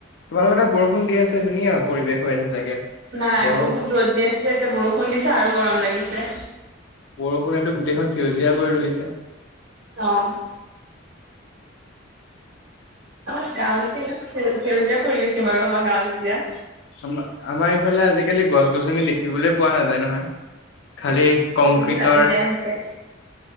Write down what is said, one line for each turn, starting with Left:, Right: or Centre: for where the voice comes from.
Left: তোমালোকৰ তাত বৰষুণ দি আছে ধুনীয়া পৰিৱেশ হৈ আছে চাগে?
Right: নাই
Left: বৰ
Right: বহুত ৰ'দ দি আছিলে এতিয়া বৰষুণ দিছে আৰু গৰম লাগিছে।
Left: বৰষুণেতো গোটেইখন সেউজীয়া কৰি তুলিছে।
Right: অ'। আমাৰ গাঁও যেতিয়া ইয়াত সেউ সেউজীয়া পৰিৱেশে বাৰু আমাৰ গাঁও যেতিয়া।
Left: আমা আমাৰ এইফালে আজিকালি গছ - গছনি দেখিবলৈ পোৱা নাযায় নহয়। খালী কংক্ৰিটৰ
Right: যিহেতু কাটি দিয়া হৈছে